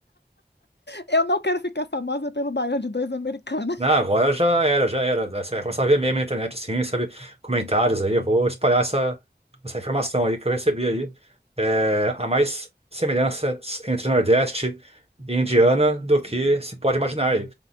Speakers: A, on the left; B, on the right.
A: Eu não quero ficar famosa pelo baião de dois americana. <laughs>
B: Não, agora já era, já era. Você vai começar a ver meme na internet, assim, sabe? Comentários aí. Eu vou espalhar essa, essa informação aí que eu recebi aí. É, há mais semelhanças entre Nordeste e Indiana do que se pode imaginar aí.